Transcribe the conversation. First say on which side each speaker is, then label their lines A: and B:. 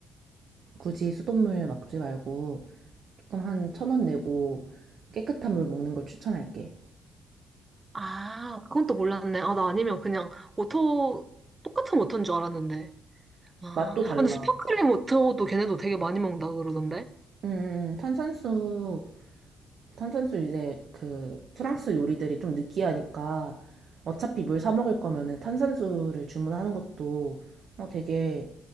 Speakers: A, on the right; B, on the right.
A: 굳이 수돗물 막지 말고 조금 한 천 원 내고 깨끗한 물 먹는 걸 추천할게.
B: 아, 그건 또 몰랐네. 아, 나 아니면 그냥 워터 똑같은 워터인 줄 알았는데. 아,
A: 맛도 달라.
B: 아, 근데 스파클링 워터도 걔네도 되게 많이 먹는다 그러던데.
A: 음, 음, 탄산수, 탄산수 이제 그 프랑스 요리들이 좀 느끼하니까 어차피 물 사 먹을 거면은 탄산수를 주문하는 것도 어, 되게